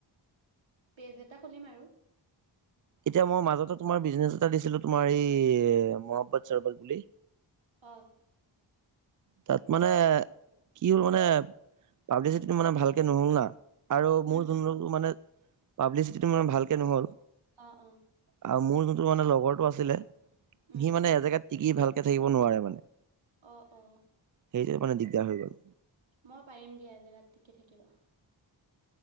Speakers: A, on the right; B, on the right.
A: পেজ এটা খুলিম আৰু।
B: এতিয়া মই মাজতে তোমাৰ বিজনেচ এটা দিছিলো, তোমাৰ এই মহাব্বাদ চৰবল বুলি।
A: অ
B: তাত মানে কি হ'ল মানে পাব্লিচিটি মানে ভালকে নহ'ল না। আৰু
A: উম
B: মোৰ যোন ৰো মানে পাব্লিচিটিটো মানে ভালকে নহ'ল।
A: অ অ
B: আৰু মোৰ যোনটো মানে লগৰটো আছিলে,
A: উম
B: সি মানে এজেগাত টিকি ভাল- থাকিব নোৱাৰে মানে।
A: অ অ
B: সেইটো মানে দিগদাৰ হৈ গ'ল।
A: মই পাৰিম দিয়া এজিগাত তিকি থাকিব ।